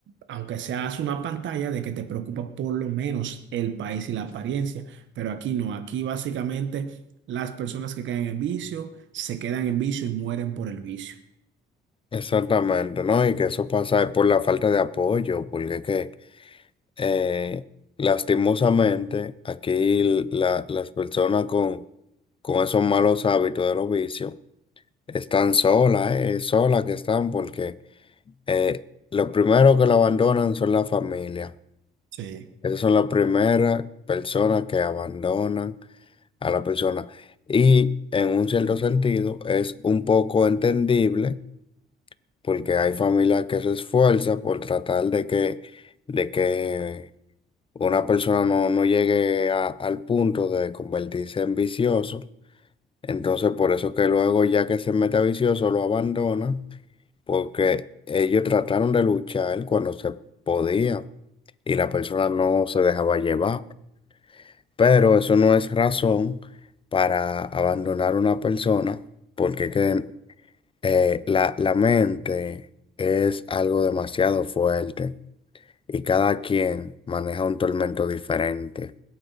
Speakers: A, on the right (about 70°); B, on the left (about 25°).
A: aunque seas una pantalla de que te preocupa por lo menos el país y la apariencia, pero aquí no, aquí básicamente las personas que caen en vicio se quedan en vicio y mueren por el vicio.
B: Exactamente, ¿no? Y que eso pasa es por la falta de apoyo, porque es que eh, lastimosamente aquí l- la- las personas con, con esos malos hábitos de los vicios están solas, eh, solas que están, porque eh, lo primero que la abandonan son la familia.
A: Sí.
B: Esas son las primeras personas que abandonan a la persona. Y en un cierto sentido es un poco entendible porque hay familias que se esfuerzan por tratar de que, de que una persona no, no llegue a- al punto de convertirse en vicioso. Entonces por eso que luego ya que se mete a vicioso lo abandona porque ellos trataron de luchar cuando se podía y la persona no se dejaba llevar. Pero eso no es razón para abandonar una persona porque que, eh, la, la mente es algo demasiado fuerte y cada quien maneja un tormento diferente.